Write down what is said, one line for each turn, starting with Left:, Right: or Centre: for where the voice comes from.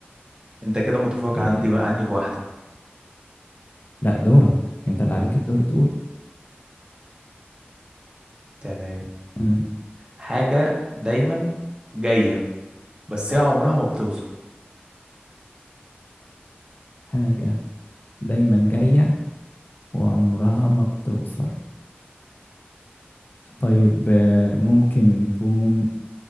Right: انت كده متفوق
Left: إيه
Right: عندي عني بواحدة
Left: لا دورك أنت اللي عليك الدور تقول
Right: تمام
Left: أنا
Right: حاجة دايما جاية بس هي عمرها ما بتوصل
Left: حاجة دايما جاية وعمرها ما بتوصل طيب آه، ممكن يكون